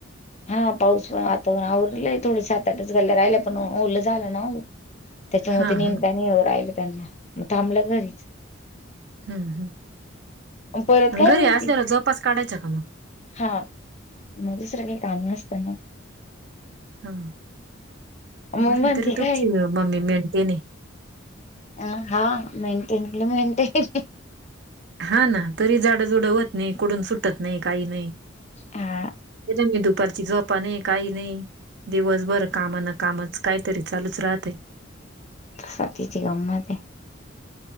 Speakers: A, on the left; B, on the right.
A: हा पाऊस पण वातावरण आवरलंय थोडे सात आठच गाल्या राहिले पण ओललं झालं ना त्याच्या
B: हां,
A: म निमतानी
B: हां.
A: ये राहिल त्यांना मग थांबलं घरीच.
B: हम्म
A: मग परत
B: हम्
A: काय
B: घरी
A: म्हणती
B: असल्याला जोपास काढायचा का मग
A: हा मग दुसरं काही काम नसतं ना
B: हा
A: मग
B: बरं
A: म्हणती
B: तरी तुमची
A: काय
B: मम्मी मेणते नाही.
A: अ हा मेंटेन मेंटेन.
B: हा ना तरी जाडंजुडं होत नाही कोडून सुटत नाही काही नाही.
A: हा
B: ते मे दू परचीि गपाने. काही नाही दिवसभर कामाना कामच काहीतरी चालूच राहतय
A: स्वाती ची गंमत आहे